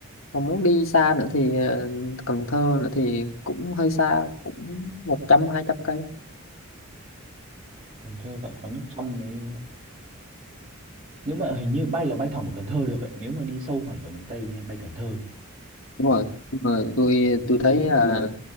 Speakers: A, on the left (about 70°); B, on the right (about 35°).
A: còn muốn đi xa nữa thì ờ, Cần Thơ nữa thì cũng hơi xa cũng một trăm hai trăm cây
B: Cần Thơ cạn sóng nước trong đấy nếu mà hình như bay là bay thẳng vào Cần Thơ được ấy nếu mà đi sâu hẳn vào miền Tây hay bay Cần Thơ
A: đúng rồi nhưng mà tôi tôi thấy là